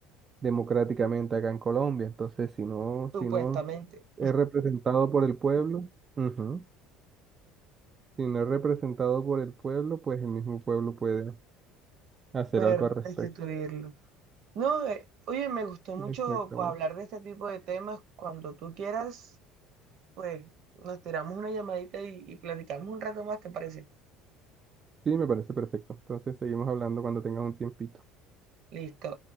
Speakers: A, on the right; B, on the right.
A: democráticamente acá en Colombia, entonces si no,
B: supuestamente,
A: si no es representado por el pueblo. ujú. Si no es representado por el pueblo, pues el mismo pueblo puede hacer
B: poder
A: algo al respecto.
B: destituirlo. No, eh, oye, me gustó mucho
A: Exactamente.
B: pues, hablar de este tipo de temas. Cuando tú quieras, pues nos tiramos una llamadita y, y platicamos un rato más, ¿te parece?
A: Sí, me parece perfecto. Entonces seguimos hablando cuando tengas un tiempito.
B: Listo.